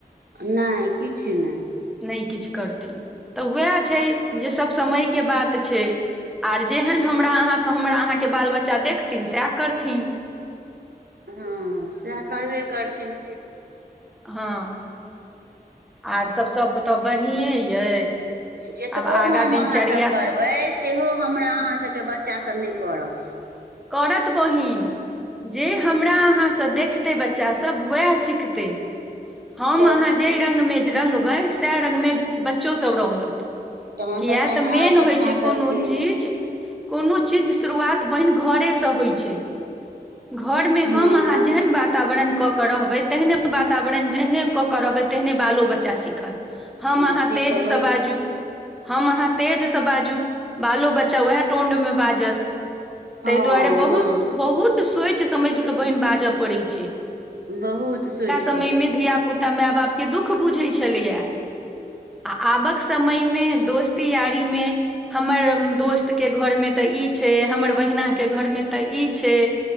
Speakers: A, on the right; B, in the centre.
A: नै किछ नय
B: नय किछ करथिन तऽ उएह छै जे सब समय के बात छै आ जेहन हमरा अहाँसँ हमरा अहाँके बाल-बच्चा देखथिन, सएह करथिन।
A: हँ सएह करबे करथिन की
B: हँ आर सब सब तऽ बढ़िए यै
A: जेतबो
B: आब आगा
A: हम
B: दिनचर्या
A: अहाँसब करबै सेहो हमरा अहाँ सबके बच्चासब नै करत
B: करत बहिन जे हमरा अहाँ सँ देखतै बच्चा सब वएह सिखतै हम
A: चलू
B: अहाँ जै रग मे रङंबै सएह रंग र्मे बच्चोसभ रगत
A: तहन
B: किये
A: सौभाग्य
B: तऽ मेन
A: अपना
B: होइ छै
A: सबके
B: कोनो चीज कोनो चीजक शुरुआत, बहिन, घरे सँ होइ छै घर में
A: हँ
B: हम अहाँ
A: हँ
B: जेहन वातावरण कऽ कऽ रहबै तेहन वातावरण वरण जेहने कऽ के रहबै तेहने बालो बच्चा सिखत हम
A: हँ
B: अहाँ तेज
A: तऽ होइ
B: से बाजू
A: छै
B: हम अहाँ तेज सँ बाजू, बाल-बच्चा उएह टोन में बाजत।
A: हँ
B: तै दुआरे बहुत
A: हँ
B: बहुत सोच समझ कऽ बहिन बाजय पड़ैत छै
A: बहुत सोच
B: समय मे धिया पुता मे बाप के दुःख बुझै छलैयै आ आबय वला समयमे दोस्त-यारीमे। हमर दोस्त के घरमे तऽ ई छै हमर बहिना के घर में तऽ ई छै